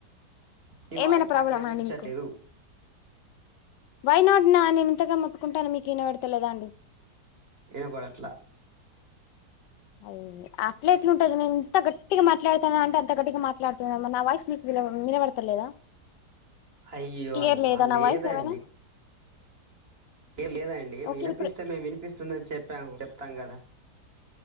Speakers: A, on the right (about 35°); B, on the left (about 85°).
A: మీ
B: ఏమైనా
A: వాయిస్
B: ప్రాబ్లమా
A: నాకు వినిపించట్లేదు
B: అండి మీకు? వై నాట్ నా నేను ఇంతగా మొత్తుకుంటున్నా కూడా మీకు వినపడతేలేదా అండి?
A: వినపడట్లా
B: అరెరే అట్లా ఎట్లుంటాది. నేను ఎంత గట్టిగా మాట్లాడుతాన్నా అంటే అంత గట్టిగా మాట్లాడుతున్నా నా వాయిస్ మీకు వినబడతలేదా?
A: అయ్యో
B: క్లియర్
A: అల్లా
B: లేదా నా
A: లేదండి
B: వాయిస్ ఏమైనా
A: ఏ లేదండి,
B: ఓకే
A: వినిపిస్తే
B: ఇప్పుడు
A: మేము వినిపిస్తుందని చెప్పాము చెప్తాం కదా?